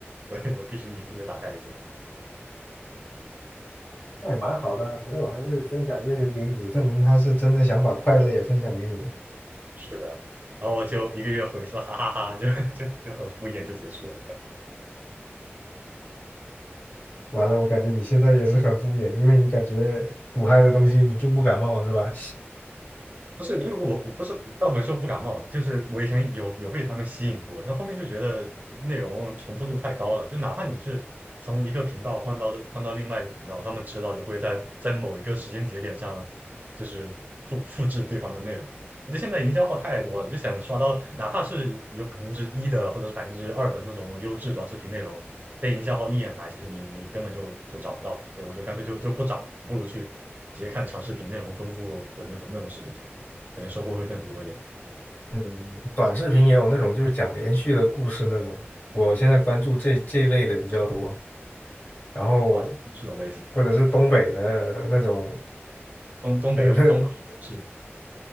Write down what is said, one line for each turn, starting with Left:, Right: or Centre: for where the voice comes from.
Right: 所以我必须一个月打开一次。
Left: 那也蛮好的，朋友还会分享这些给你，证明他是真的想把快乐也分享给你。
Right: 是的，然后我就一个月回一次，哈哈哈就就就很敷衍就结束了。
Left: 完了，我感觉你现在也是很敷衍，因为你感觉苦嗨的东西你并不感冒，是吧？
Right: 不是因为我我不是倒没说不感冒，就是我以前有有被他们吸引过，但后面就觉得内容重复度太高了，就哪怕你是从一个频道换到换到另外一个频道，他们迟早也会在在某一个时间节点上，就是复复制对方的内容。而且现在营销号太多了，就想刷到哪怕是有百分之一的或者是百分之二的那种优质短视频内容，被营销号一眼来，其实你你根本就就找不到，所以我就干脆就就不找，不如去直接看长视频内容丰富的那种那种视频。可能收获会更多一点。
Left: 嗯，短视频也有那种就是讲连续的故事那种，我现在关注这这一类的比较多。然后
Right: 哇，是的，我也喜欢
Left: 或者是东北的那种，
Right: 东东北东北是，
Left: 嗯，<laughs>